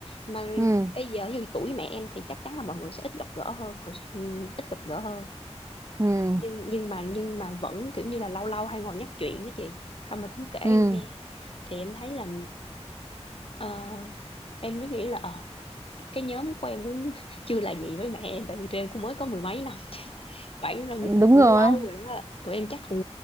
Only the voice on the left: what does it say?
mà
bây giờ dù tuổi mẹ em thì chắc chắn là mọi người sẽ ít gặp gỡ hơn hồi, ừm, ít gặp gỡ hơn
nhưng nhưng mà nhưng mà vẫn kiểu như là lâu lâu hay ngồi nhắc chuyện đó chị xong rồi cũng kể em
nghe thì em thấy là ờ, em mới nghĩ là ờ cái nhóm của em cũng <laughs> chưa là gì với mẹ em tại vì tụi em cũng mới có mười mấy năm khoảng bao nhiêu ta
cũng
lâu rồi đó tụi em chắc ừ